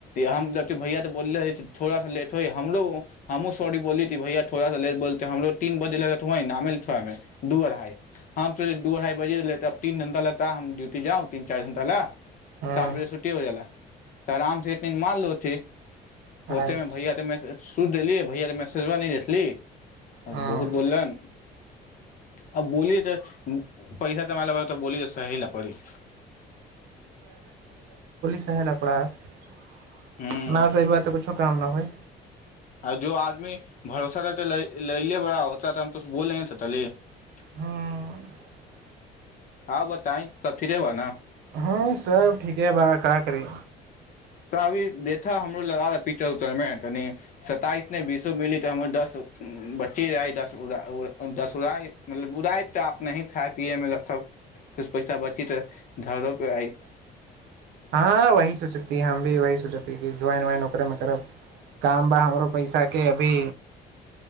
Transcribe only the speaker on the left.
हम जब भैया तऽ बोले रही थोड़ा सा लेट होय हमरो हमहूँ सॉरी बोलली त कि भैया थोड़ा सा लेटोलते हमरो तीन बजे नामे ल हमे दू अढ़ाइ हम सोचे दू अढ़ाइ बजिे तऽ तब तीन घंटा लगत त हम डूटी जाउ तीन चारि घण्टा ला
चार बजे छुट्टी हो जाला तऽ आराम से इतने मारलोथे।
होते मे भैया तऽमे <unintelligible> सु देली भैया के मसेजबा नहि देखली
बहुत बोललन। आ बोलय त पैसा तऽ म ब तऽ बोल <unintelligible> सहीला पड़ी <unintelligible>
ह
आ जो आदमी भरोसा रह त लयले बड़ा होता तऽ हम तूछ बोले तोतली <unintelligible>
आ बताइ सब ठीके बानू
तऽ अभी देख हमरो लड़ा पीचर उचर मे तनी सताइस नइ बीसो मिली तऽ हमर दस बच्चीइये जाइ दस उड़ा मतलब उड़ाइतऽ आप नहि खााय पियए मे रखब किछ पैसा बची त घरो पे आइ <unintelligible>